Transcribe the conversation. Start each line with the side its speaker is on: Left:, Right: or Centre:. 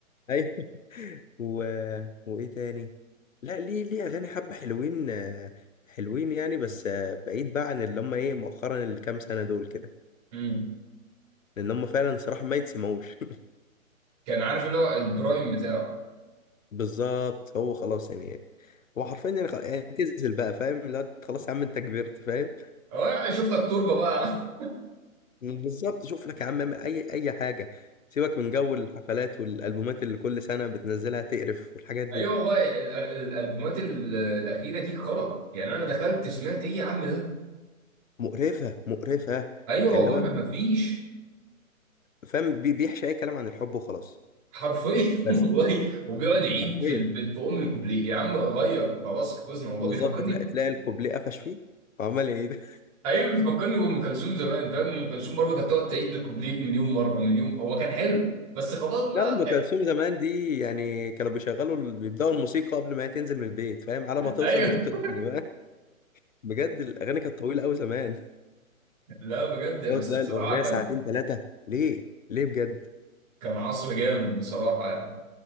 Left: ايوه <laughs> و... وايه تاني لا ليه ليه اغاني حبه حلوين آه، حلوين يعني بس آه، بعيد بقى عن اللي هم ايه مؤخرا اللي كام سنه دول كده
Right: مم.
Left: لان هم فعلا صراحه ما يتسمعوش
Right: كان عارف اللي هو البرايم بتاعه
Left: <laughs> بالظبط هو خلاص يعني هو حرفيا يعني خ- يعني اعتزل بقى فاهم لا أنت خلاص يا عم انت كبرت فاهم
Right: اه يعني شفتك تربه بقى <laughs>
Left: بالظبط شوف لك يا عم اعمل اي اي حاجه سيبك من جو الحفلات والالبومات اللي كل سنه بتنزلها تقرف والحاجات دي
Right: ايوه والله ال- ال- الالبومات ال- الاخيره دي خرا يعني انا دخلت سمعت ايه يا عم ده
Left: مقرفة مقرفة
Right: ايوه
Left: اللي
Right: والله
Left: هو
Right: ما ما فيش
Left: فاهم بي- بيحشي أي كلام عن الحب وخلاص
Right: حرفيا
Left: بس
Right: <laughs> والله وبيقعد يعيد
Left: حرفيا
Right: في ال- في ام الكوبليه يا عم غير خلاص حفظنا والله
Left: بالظبط
Right: بيفكرني
Left: تلاقي تلاقي الكوبليه قفش فيه وعمال يعيد
Right: ايوه بيفكرني بام كلثوم زمان فاهم ام كلثوم برضه كانت تقعد تعيد الكوبليه مليون مره مليون هو كان حلو بس خلاص
Left: <laughs> لا
Right: بقى
Left: أم كلثوم زمان دي يعني كانوا بيشغلوا ال- بيبدأوا الموسيقى قبل ما هي تنزل من البيت فاهم على
Right: <laughs>
Left: ما توصل
Right: ايوه
Left: لدكتور الابن بقى بجد الأغاني كانت طويلة أوي زمان
Right: لا بجد
Left: اللي
Right: بس
Left: هو تلاقي
Right: بصراحه
Left: الأغنية
Right: كان
Left: ساعتين ثلاثة ليه؟ ليه بجد؟
Right: كان عصر جامد بصراحه يعني